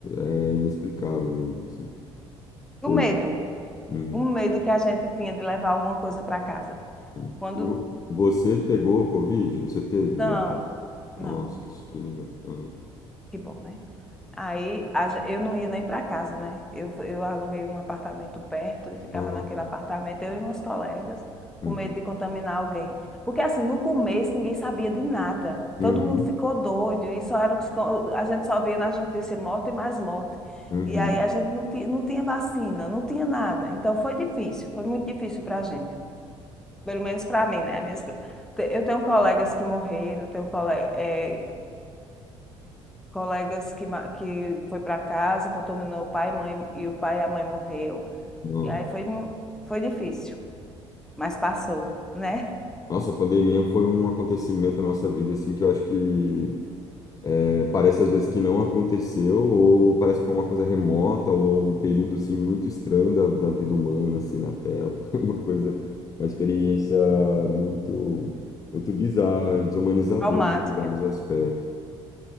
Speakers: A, on the left (about 25°); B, in the centre.
A: é inexplicável mesmo, assim.
B: E
A: Foi.
B: o medo.
A: né? Uhum.
B: o medo que a gente tinha de levar alguma coisa para casa.
A: uhum.
B: Quando.
A: E o- você pegou o Covid? Você teve?
B: Não,
A: Eu-
B: não,
A: Nossa, que, isso que legal. Uhum.
B: que bom, né? Aí a gen- eu não ia nem para casa, né? Eu, eu aluguei um apartamento perto e ficava
A: Ah,
B: naquele
A: tá.
B: apartamento, eu e umas colegas, com
A: Uhum.
B: medo de contaminar alguém. Porque assim, no começo ninguém sabia de nada.
A: Uhum,
B: Todo mundo ficou doido e só era o que se co- a gente só via nas notícias morte e mais morte.
A: uhum.
B: E aí a gente não tinha, não tinha vacina, não tinha nada. Então foi difícil, foi muito difícil para a gente. Pelo menos para mim, né? Minhas co- te- Eu tenho colegas que morreram, tenho cole- eh, colegas que, ma- que foi para casa, contaminou o pai e mãe, e o pai e a mãe morreu.
A: Não.
B: E aí foi, mu- foi difícil, mas passou, né?
A: Nossa, a pandemia foi um acontecimento na nossa vida, assim, que eu acho que é, parece às vezes que não aconteceu, ou parece que foi uma coisa remota, ou um período, assim, muito estranho da, da vida humana, assim, na Terra. <laughs> Foi uma coisa, uma experiência muito, muito bizarra e desumanizadora,
B: <laughs> Traumática.
A: assim, em vários aspectos.